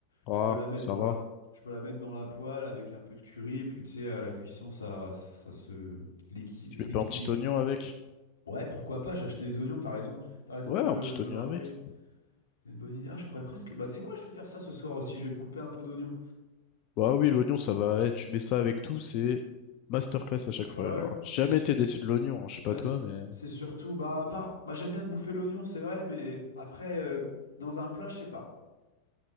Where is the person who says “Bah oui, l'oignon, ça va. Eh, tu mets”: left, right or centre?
Left